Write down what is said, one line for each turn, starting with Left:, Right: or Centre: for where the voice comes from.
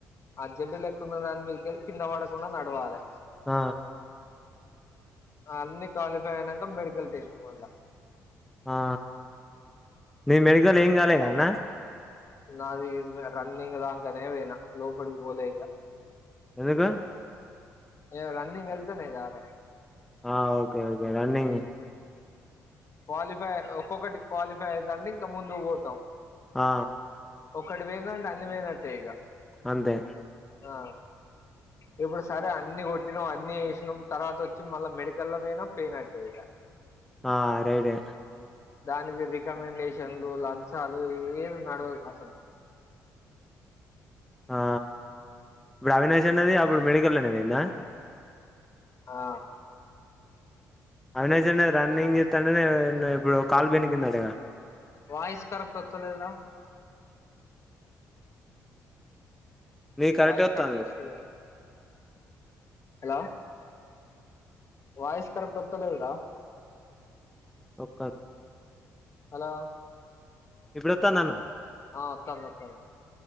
Left: అర్జెంటట్ లెక్కున్న దాని మీదకెళ్ళి కింద పడకుండా నడవాలి
Centre: ఆ
Left: అన్ని క్వాలిఫై అయినాక మెడికల్ టెస్ట్ పొల్ల
Centre: ఆ మీ మెడికల్ ఏం కాలేగాన్న
Left: నాది రన్నింగ్లాాకానేనా లోపలికి పోలే ఇంకా
Centre: ఎందుకు
Left: ఏ రన్నింగ్ ఎల్దేనేను కాలే
Centre: ఆ ఓకే అండి రన్నింగ్
Left: క్వాలిఫై ఒక్కొక్కటి క్వాలిఫై అవుతండి ఇంకా ముందు పోతాం
Centre: ఆ
Left: ఒకటి వేనాండి అన్ని వేయినట్టే ఇక
Centre: అంతే
Left: ఆ ఇప్పుడు సరే అన్ని కొట్టిన అన్ని వేసినాం తర్వాత వచ్చి మళ్ళా మెడికల్మయినా పెయిన్ అట్టేయి ఇక
Centre: ఆ రైడే
Left: దానికి రికమెండేషన్లు లంచాలు ఏ నడవ అసలు
Centre: ఆ ఇప్పుడు అవినాష్ అనేది అప్పుడు మెడికల్ అనేవింద
Left: ఆ
Centre: అవినేశన్న రన్నింగ్ చేస్తాంంటే ఇప్పుడు కాలు బినికికింద అడిగా
Left: వయిస్ కరక్ట్ వస్తలేదురా
Centre: నీది కరెక్టే
Left: వయిస్
Centre: వత్తాంది
Left: కరక్ వస్తలెదు హలో వయిస్ కరక్ట్ వత్తలేదరా
Centre: ఒక్క
Left: హలో
Centre: ఇప్పుడుత్తా నన్న
Left: ఆ అత్తాంది అత్తాను